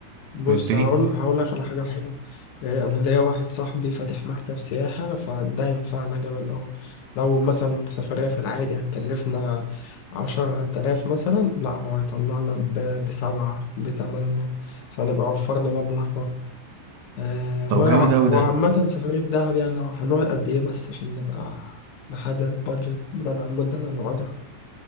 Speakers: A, on the left; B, on the right.
A: بص
B: فهمتني؟
A: هقول هقول لك على حاجة حلوة إيه، أنا ليا واحد صاحبي فاتح مكتب سياحة فده ينفعنا جامد أوي لو مثلا سفرية في العادي هتكلفنا عشرة آلاف مثلا لا هو هيطلعنا ب- بسبعة بتمانية فنبقى وفرنا مبلغ برضه آه، هو
B: طب
A: ع-
B: جامد اوي
A: هو
B: ده
A: عامة سفرية دهب يعني هنقعد قد إيه بس عشان نبقى نحدد البادجت بناء على المدة اللي هنقعدها